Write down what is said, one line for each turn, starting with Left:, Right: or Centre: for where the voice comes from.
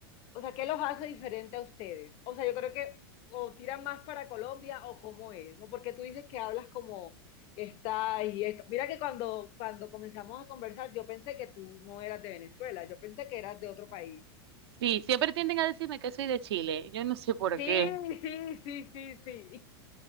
Left: o sea, ¿qué los hace diferente a ustedes? O sea, yo creo que o tiran más para Colombia o cómo es, ¿no? Porque tú dices que hablas como está y esto. Mira que cuando, cuando comenzamos a conversar, yo pensé que tú no eras de Venezuela, yo pensé que eras de otro país.
Right: sí, siempre tienden a decirme que soy de Chile, yo no sé por
Left: Sí,
Right: qué.
Left: sí, sí, sí, sí.